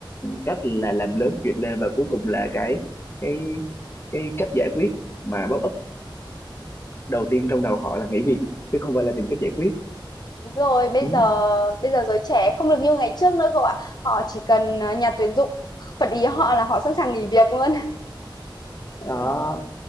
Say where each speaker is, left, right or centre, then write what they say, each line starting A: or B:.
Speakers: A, on the left; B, on the left.
A: cách là làm lớn chuyện lên và cuối cùng là cái cái cái cách giải quyết mà pop up đầu tiên trong đầu họ là nghỉ việc chứ không phải là tìm cách giải quyết
B: đúng rồi bây
A: Ừ.
B: giờ bây giờ giới trẻ không được như ngày trước nữa cậu ạ họ chỉ cần ờ, nhà tuyển dụng phật ý họ là họ sẵn sàng nghỉ việc luôn <laughs>
A: đó